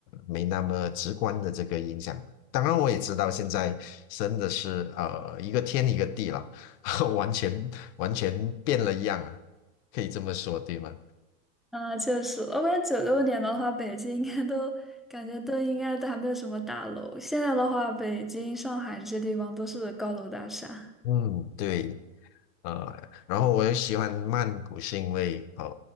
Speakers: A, on the left (about 75°); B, in the centre.
A: 没那么直观的这个影响。当然，我也知道现在真的是呃一个天一个地了，<laughs> 完全完全变了样啊，可以这么说，对吗？
B: 啊，确实，我感觉九六年的话，北京应该都感觉都应该都还没有什么大楼。现在的话，北京、上海这些地方都是高楼大厦。
A: 嗯，对。呃，然后我也喜欢曼谷，是因为呃，